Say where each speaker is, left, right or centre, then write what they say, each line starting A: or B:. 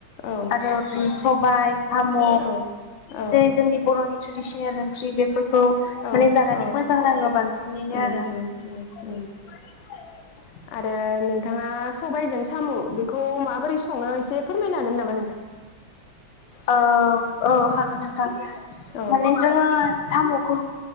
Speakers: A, on the left; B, on the left.
A: औ
B: आरो बि सबाय साम'
A: औ औ
B: जेरै जोंनि बर'नि थ्रेडिसोनेल ओंख्रि बेफोर खौ
A: औ
B: माने जानानै
A: औ
B: मोजां नाङो बांसिनैनो
A: उम
B: आरो <unintelligible>
A: उम उम उम आरो नोंथाङा सबायजों साम' बेखौ माबोरै सङो एसे फोरमायनो हागोन नामा नोंथां?
B: औ औ हागोन नोंथां
A: औ
B: माने जोङो साम'खौ